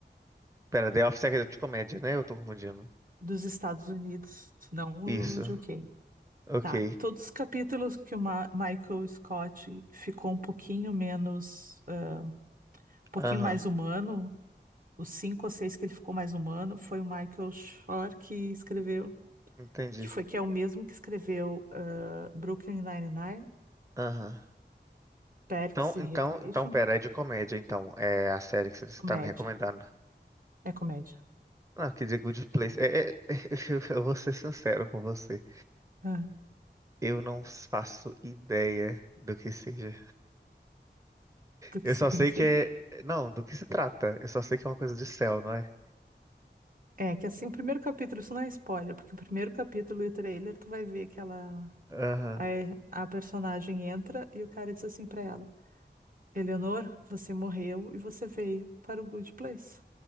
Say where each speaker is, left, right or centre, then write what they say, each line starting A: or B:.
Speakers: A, on the right; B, on the right.
A: Pera, The Office é de comédia, né? Eu tô confundindo.
B: Dos Estados Unidos, não o
A: Isso.
B: de UK.
A: Ok.
B: Tá. Todos os capítulos que o Ma- Michael Scott ficou um pouquinho menos, eh, um pouquinho
A: Aham.
B: mais humano, os cinco ou seis que ele ficou mais humano, foi o Michael Shore que escreveu,
A: Entendi.
B: que foi que é o mesmo que escreveu eh, Brooklyn Nine-Nine,
A: Aham.
B: Parks
A: Então, então,
B: e Recreation,
A: então, pera, é de comédia, então. É a série que você
B: comédia.
A: tá me recomendando.
B: É comédia.
A: Não, quer dizer Good Place. É, é- <laughs> eu eu vou ser sincero com você.
B: Ah,
A: Eu não faço ideia do que seja.
B: do
A: Eu
B: que significa?
A: só sei que é. Não, do que se trata. Eu só sei que é uma coisa de céu, não é?
B: É que assim, o primeiro capítulo, isso não é spoiler, porque o primeiro capítulo e o trailer, tu vai ver que ela
A: Aham.
B: Aí a personagem entra e o cara diz assim pra ela: Eleanor, você morreu e você veio para o Good Place.